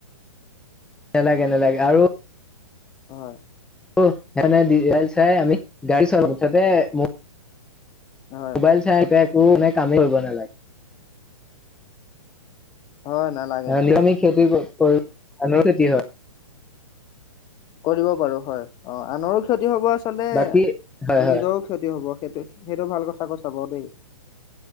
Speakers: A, in the centre; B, on the left (about 25°).
A: নেলাগে নেলাগে আৰু
B: হয়
A: অঁ এনেই ভিডিঅ চাই আমি গাড়ী চলাও মুঠতে ম'
B: হয়
A: মোবাইল চা এতিয়া। মোৰ মানে কামেই হব নালাগে।
B: হয় নালাগে নালাগে
A: নিয়মিক খেতি কৰি। ধানৰ খেতি হয়।
B: কৰিব পাৰো হয়, অ আনৰো ক্ষতি হব আছ। আচলতে
A: বাকী হয়
B: নিজৰও
A: হয়
B: ক্ষতি হব সেই। সেই সেইটো ভাল কথা কৈছা বাৰু দেই।